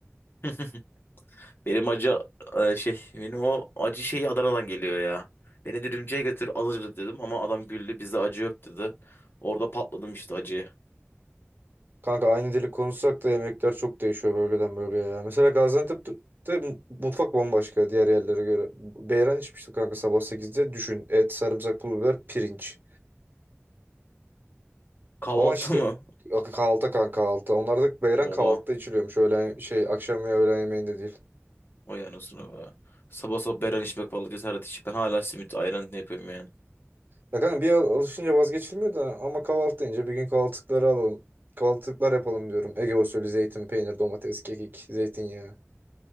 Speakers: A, on the left; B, on the right.
A: <laughs> Benim acı e, şey benim o acı şeyi Adana'dan geliyor ya. Beni dürümcüye götür az acılı dedim ama adam güldü bizde acı yok dedi. Orada patladım işte acıya.
B: Kanka aynı dili konuşsak da yemekler çok değişiyor bölgeden bölgeye ya. Mesela Gaziantep'te mu- mutfak bambaşka diğer yerlere göre. Beyran içmiştim kanka sabah sekizde Düşün et, sarımsak, pul biber, pirinç.
A: Kahvaltı
B: Ama işte
A: mı?
B: kahvaltı kanka kahvaltı. Onlarda beyran
A: Oha.
B: kahvaltıda içiliyormuş. Öğlen şey akşam ve öğlen yemeğinde değil.
A: O anasını be. Sabah sabah beren içmek vallahi cesaret içip ben hala simit ayran ne yapıyorum yani.
B: Ya kanka bir al- alışınca vazgeçilmiyor da ama kahvaltı deyince bir gün kahvaltılıkları alalım. Kahvaltılıklar yapalım diyorum. Ege usulü zeytin, peynir, domates, kekik, zeytinyağı.